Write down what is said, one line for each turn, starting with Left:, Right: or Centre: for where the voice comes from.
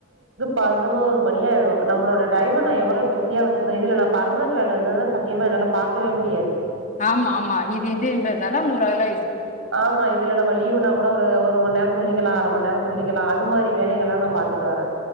Right: பதினொரு மணி ஆயிடு நம்மோட டைம நா எவ்ளோ பிசி யா வச்சிகுற இதுல நா பர்மனன்ட் வேல இருந்தனா சத்தியமா என்னால பாக்கவே முடியாது
Left: ஆமா ஆமா இது இதுன்றதுனால உங்களால்ல
Right: ஆமா இதுல நம்ம லீவ்னா கூட ட ஒரு ஒரு ஓ நேரோ சொல்லிக்கலா அர மண் நேரோ சொல்லிக்கலா அது மாரி வேலைகளா நா பாத்துட்டு வரே